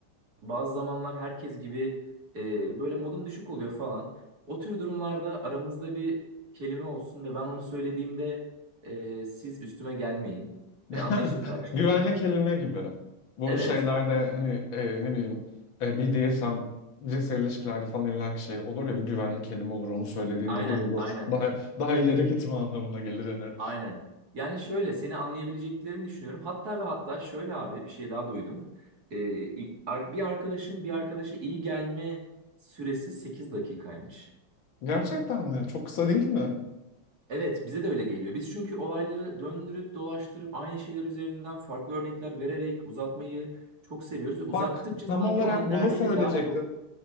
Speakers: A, on the right; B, on the left.
A: bazı zamanlar herkes gibi e, böyle modum düşük oluyor falan. O tür durumlarda aramızda bir kelime olsun ve ben onu söylediğimde e, siz üstüme gelmeyin
B: <laughs>
A: ve anlayışla karşılayın.
B: Güvenlik kelime gibi. Bu
A: Evet,
B: şeylerde hani e, ne bileyim e, BDSM cinsel ilişkilerde falan illaki şey olur ya bir güvenlik kelime olur onu söylediğinde
A: aynen,
B: durulur.
A: aynen,
B: Daha daha ileri gitme anlamına gelir hani.
A: aynen. Yani şöyle seni anlayabileceklerini düşünüyorum. Hatta ve hatta şöyle abi bir şey daha duydum. E, i- ar- bir arkadaşın bir arkadaşa iyi gelme süresi 8 dakikaymış.
B: Gerçekten mi? Çok kısa değil mi?
A: Evet, bize de öyle geliyor. Biz çünkü olayları döndürüp dolaştırıp aynı şeyler üzerinden farklı örnekler vererek uzatmayı çok seviyoruz ve uzattıkça
B: Bak tam
A: sanki
B: olarak
A: onun
B: bunu
A: derdiyle
B: söyleyecektim.
A: daha çok